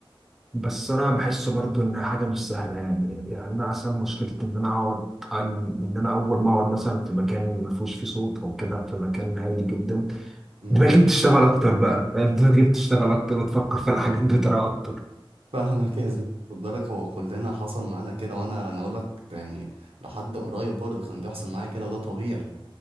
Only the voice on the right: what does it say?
مم.
<laughs>
فاهمك يا زميلي خد بالك هو كلنا حصل معانا كده وانا انا اقول لك يعني لحد قريب برضه كان بيحصل معايا كده وده طبيعي